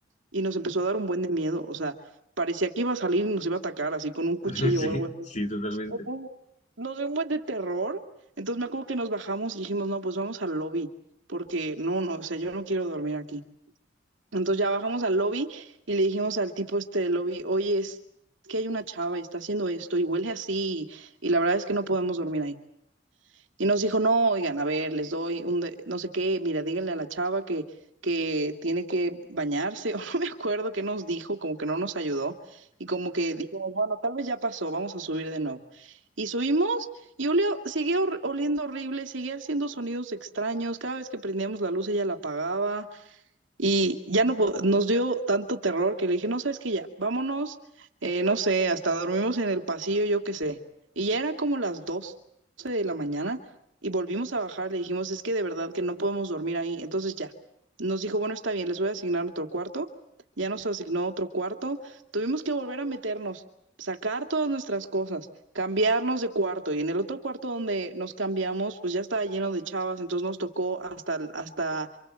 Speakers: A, on the right (about 90°); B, on the left (about 40°).
A: Y nos empezó a dar un buen de miedo, o sea, parecía que iba a salir y nos iba a atacar así con un cuchillo
B: <laughs> Sí,
A: o algo
B: sí, totalmente.
A: o con- nos dio un buen de terror. Entonces me acuerdo que nos bajamos y dijimos, no, pues vamos al lobby, porque no, no, o sea, yo no quiero dormir aquí. Entonces ya bajamos al lobby y le dijimos al tipo este del lobby, oye, es que hay una chava y está haciendo esto y huele así y la verdad es que no podemos dormir ahí y nos dijo, no, oigan, a ver, les doy un, de- no sé qué, mira, díganle a la chava que, que tiene que bañarse, <laughs> o no me acuerdo qué nos dijo, como que no nos ayudó, y como que dijimos, bueno, tal vez ya pasó, vamos a subir de nuevo. Y subimos y olió, seguía hor- oliendo horrible, seguía haciendo sonidos extraños, cada vez que prendíamos la luz ella la apagaba. Y ya no po- nos dio tanto terror que le dije, no sabes que ya, vámonos, eh, no sé, hasta dormimos en el pasillo, yo qué sé. Y ya era como las 12 de la mañana y volvimos a bajar, le dijimos, es que de verdad que no podemos dormir ahí. Entonces ya, nos dijo, bueno, está bien, les voy a asignar otro cuarto. Ya nos asignó otro cuarto. Tuvimos que volver a meternos, sacar todas nuestras cosas, cambiarnos de cuarto. Y en el otro cuarto donde nos cambiamos, pues ya estaba lleno de chavas, entonces nos tocó hasta, hasta